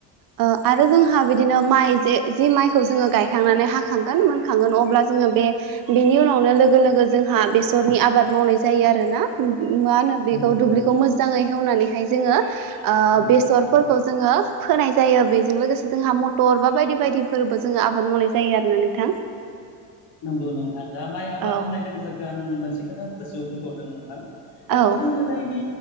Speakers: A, on the right; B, on the left.
A: ओ आरो जोंहा बिदिनो माइ जे जि माइखौ जोङो गायखांनानै हा खांगोन मोनखांगोन अब्ला जोङो बे बेनि उनावनो लोगो लोगो जोंहा बेसरनि आबाद मावनाय जायो आरो ना <unintelligible> मा होनो बेखौ
B: नंगौ औ
A: दुब्लिखौ
B: नंगौ
A: मोजाङै हेवनानैहाय जोङो ओ
B: नंगौ
A: बेसरफोरखौ
B: उम
A: जोङो फोनाय जायो बेजों लोगोसे जोंहा मटर बा बायदि बायदिफोरबो जोङो आबाद मावनाय जायो आ होननानै थां
B: नंगौ नोंथां दा माइ आबाद
A: औ
B: होननाय लोगो लोगो आं मोनसे खोथाखौ गोसोआव फैबावदों नोंथां ओ
A: औ
B: गोदो गोदायनि